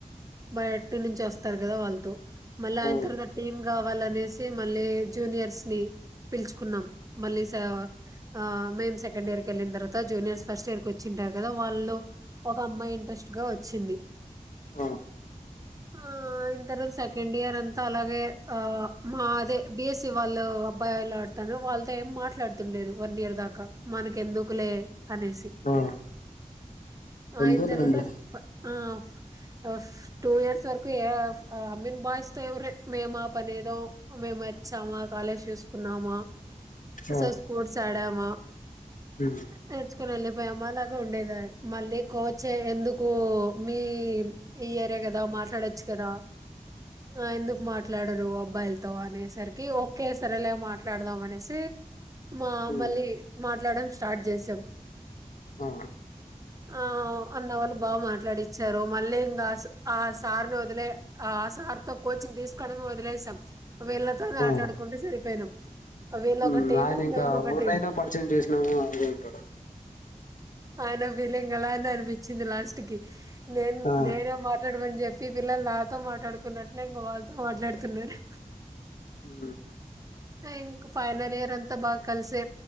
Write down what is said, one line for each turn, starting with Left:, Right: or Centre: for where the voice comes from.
Right: బయటనుంచి స్ వస్తారు కదా వాళ్ళతో మళ్ళీ ఆయన
Left: ఆ,
Right: తర్వాత టీమ్ కావాలనేసి మళ్ళీ జూనియర్స్ ని పిలుచుకున్నాం మళ్ళీ సా ఆ మేం సెకండ్ ఇయర్ కెళ్ళిన తర్వాత జూనియర్స్ ఫస్ట్ ఇయర్ కి వచ్చింటారు కదా వాళ్ళు. ఒక అమ్మాయి ఇంట్రెస్ట్గా వచ్చింది.
Left: ఆ, ఆ,
Right: ఆ అన్ తర్వాత సెకండ్ ఇయర్ అంతా అలాగే ఆ మాదే బిఎస్సి వాళ్ళు బయలులడుతడ్రు వాళ్ళతో ఏం మాట్లాడుతల్లెదు వన్ ఇయర్ దాకా మనకి ఎందుకులే అనేసి.
Left: ఆ,
Right: ఆయిన
Left: అంతేలేండి
Right: తర్వాత ఫ ఆప్ ఆఫ్ టూ ఇయర్స్ వరకు ఏ ఆఫ్ అ మెన్ బాయ్స్ తో ఎవ రె మే మా పనే ఏదో మె మెమోచ్చామా, కాలేజ్ చూసుకున్నామా అసలు
Left: ఆ,
Right: స్పోర్ట్స్ ఆడామా
Left: మ్మ్,
Right: నేర్చుకుని వెళ్ళిపోయమ్ అలాగా ఉండేదాయి మళ్ళీ కోచ్ఎ ఎందుకు మీ ఇయరే కదా మాట్లాడచ్చు కదా. ఆ ఎందుకు మాట్లాడరు అబ్బాయిలతో అనేసరికి ఓకే సార్ అలాగ మాట్లాడదాం అనేసి మా
Left: మ్మ్,
Right: మళ్ళీ మాట్లాడడం స్టార్ట్ చేసాం.
Left: ఆ,
Right: ఆ అన్న వాళ్ళు బాగా మాట్లాడిచ్చారు మళ్ళీ ఇంకా ఆ సార్ని వదిలే ఆ సార్తో కోచింగ్ తీసుకోవడమే వదిలేసాం వీళ్ళతోనే ఆట్లాడుకుంటు
Left: ఆ.
Right: సరిపోయినాం వీళ్ళొక
Left: ఉమ్
Right: టీము
Left: ఆయన ఇంకా
Right: మేము ఒక
Left: ఊర్నైనా
Right: టీం
Left: పరిచయం చేసినాము అనుకుంటాడు
Right: ఆయన ఫీలింగ్ అలానే అనిపించింది లాస్ట్ కి నేను
Left: ఆ
Right: నేనే మాట్లాడమని చెప్ మీ పిల్లలు నాతో మాట్లాడుకున్నట్లే ఇంక వాళ్ళతో మాట్లాడుతున్నారు
Left: ఉహుమ్
Right: ఇంకా ఫైనల్ ఇయర్ అంతా బాగా కలిసే